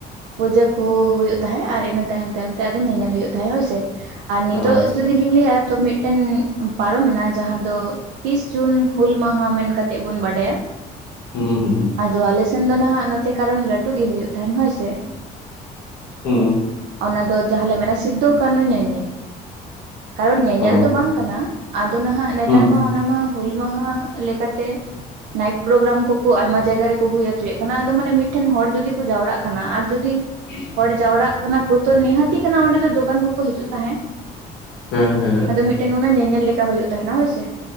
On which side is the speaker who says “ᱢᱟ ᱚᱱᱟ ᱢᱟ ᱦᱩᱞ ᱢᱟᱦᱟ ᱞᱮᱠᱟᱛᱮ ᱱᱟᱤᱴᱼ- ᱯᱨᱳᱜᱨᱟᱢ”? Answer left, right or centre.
Right